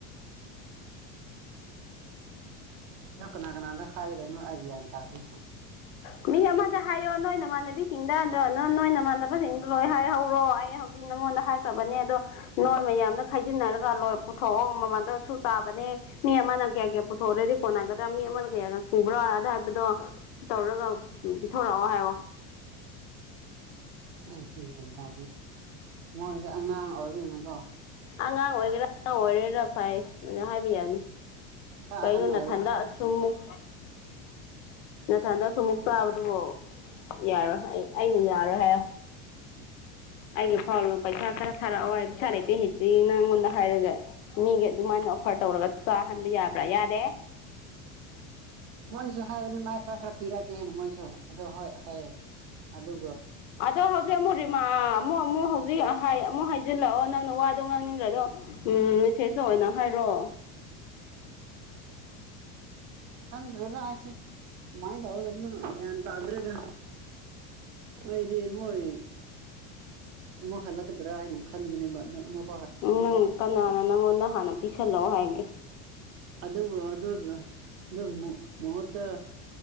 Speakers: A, on the right; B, on the left.
A: <inaudible> ꯂ ꯀꯅꯥ ꯀꯅꯥꯗ ꯈꯥꯏꯗꯅ ꯍꯥꯏꯒꯅ ꯇꯥꯖꯦ
B: ꯃꯤꯍ ꯑꯃꯗ ꯍꯥꯏꯌꯣ ꯅꯣꯏꯅ ꯃꯥꯥꯟꯅꯦ ꯃꯤ ꯁꯤꯡꯗ ꯑꯗꯣ ꯑꯗꯨ ꯅꯣꯏꯅ ꯃꯥꯟꯅꯕꯁꯤꯡꯗꯣ ꯂꯣꯏ ꯍꯥꯏꯍꯧꯔꯣ ꯑꯩ ꯍꯧꯖꯤꯛ ꯅꯉꯣꯟꯗ ꯍꯥꯏ ꯇꯕꯅꯦ ꯑꯗꯣ ꯅꯣꯏ ꯃꯌꯥꯝꯗ ꯈꯥꯏꯖꯤꯟꯅꯔꯒ ꯂꯣꯏ ꯄꯨꯊꯣꯛꯑꯣ ꯃꯃꯜꯗꯣ ꯁ ꯇꯥꯕꯅꯦ ꯃꯤ ꯑꯃꯅ ꯀꯌꯥ ꯀꯌꯥ ꯄꯨꯊꯣꯛꯎꯔꯗꯤ ꯀꯣꯟꯅꯒꯗ꯭ꯔꯥ ꯃꯤ ꯑꯃꯅ ꯀꯩ ꯍꯥꯏꯒ ꯁꯨꯕ꯭ꯔꯥ ꯑꯗꯨ ꯍꯥꯏꯕꯗꯣ ꯇꯧꯔꯒ ꯊꯣꯣꯔꯥ ꯋꯥ ꯍꯥꯏ ꯑꯣ
A: ꯑꯩ ꯁꯤꯕ ꯇꯗꯦ ꯃꯣꯟꯁꯦ ꯑꯉꯥꯡ ꯑꯣꯏꯕꯅꯀꯣ
B: ꯑꯉꯥꯡ ꯑꯣꯏꯒꯦꯔꯥ ꯑꯉꯥꯡ ꯑꯣꯏꯔꯦꯔꯥ ꯐꯩ ꯑꯗꯨꯅ ꯍꯥꯏꯕ ꯌꯥꯕꯅꯤ
A: ꯈꯔ
B: ꯀꯩꯅꯣ
A: ꯑꯍꯟ ꯑꯣꯏꯔꯗꯤ
B: ꯅ ꯊꯟꯗꯛꯑ ꯁꯨꯝꯨꯛ ꯅꯊꯟꯗꯁꯨ ꯑꯃꯨꯛ ꯆꯥꯕꯗꯨꯕꯨ ꯌꯥꯔꯣꯏ ꯑꯩ ꯑꯩꯅ ꯌꯥ ꯍꯥꯏ ꯑꯩꯒꯤ ꯐꯥꯎ ꯄꯩꯁꯥ ꯈꯔ ꯊꯥꯔꯛꯑꯣ ꯍꯥꯏ ꯄꯩꯁꯥ ꯂꯩꯇꯦ ꯍꯦꯛꯇꯤ ꯅꯪꯉꯣꯟꯗ ꯍꯥꯏꯔꯒ ꯃꯤꯒꯤ ꯑꯗꯨꯃꯥꯏꯅ ꯑꯣꯐꯔ ꯇꯧꯔꯒ ꯆꯥꯍꯟꯕ ꯌꯥꯕ꯭ꯔꯥ ꯌꯥꯗꯦ
A: ꯍꯂꯣ ꯃꯣꯏꯁꯨ ꯍꯥꯏꯕꯅꯤ ꯃꯥꯏ ꯈꯔ ꯈꯔ ꯄꯤꯔꯛꯀꯦ ꯍꯥꯏꯅ ꯃꯣꯏꯁꯨ ꯑꯗꯨꯣ ꯍꯣꯏ ꯍ ꯑꯗꯨ
B: ꯑꯗꯣ ꯍꯧꯖꯤꯛ ꯑꯃꯨꯛ ꯔꯤꯃꯥ ꯑꯃꯨꯛ ꯑꯃꯨꯛ ꯍꯧꯖꯤꯛ ꯑꯃꯨꯛ ꯍꯥꯏꯖꯤꯜꯂꯛꯑꯣ ꯅꯪꯅ ꯋꯥꯗꯣ ꯉꯥꯡꯅꯤꯡꯈ꯭ꯔꯗꯣ ꯎꯝ ꯃꯦꯁꯦꯁꯇ ꯑꯣꯏꯅ ꯍꯥꯏꯔꯛꯑꯣ
A: ꯈꯪꯗ꯭ꯔꯦꯗ ꯑꯩꯁꯦ ꯀꯃꯥꯏꯅ ꯇꯧꯒꯗꯕꯅꯣ ꯒ꯭ꯌꯥꯟ ꯇꯥꯗ꯭ꯔꯣꯏꯗ ꯑꯩꯗꯤ ꯃꯣꯏ ꯑꯃꯨꯛ ꯍꯜꯂꯛꯀꯗ꯭ꯔꯥ ꯍꯥꯏꯅ ꯈꯟꯕꯅꯦꯕ ꯑꯃꯨꯛ
B: ꯎꯝ ꯅꯪ ꯀꯅꯥꯅ ꯅꯪꯉꯣꯟꯗ ꯍꯥꯟꯅ ꯄꯤꯤꯁꯜꯂꯛꯑꯣ ꯍꯥꯏꯒꯦ
A: ꯑꯗ ꯑꯗꯨ ꯑꯗꯨ ꯃ ꯃꯠꯇ